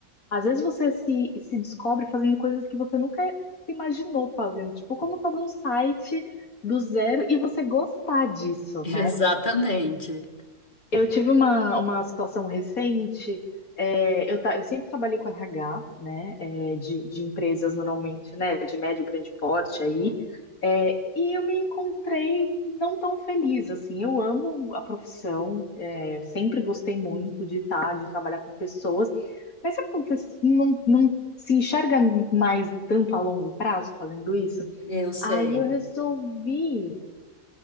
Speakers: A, on the left; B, on the left.
A: às vezes você se, se descobre fazendo coisas que você nunca se imaginou fazendo, tipo, como fazer um site do zero e você gostar disso,
B: <laughs> Exatamente.
A: né? Eu tive uma, uma situação recente. é, eu, ta- eu sempre trabalhei com RH, né, é, de, de empresas normalmente, né, de médio, grande porte aí. é, e eu me encontrei não tão feliz, assim. Eu amo a profissão, é, sempre gostei muito de estar, de trabalhar com pessoas. Mas sabe quando você não, não se enxerga mais tanto a longo prazo fazendo isso?
B: Eu sei.
A: Aí eu resolvi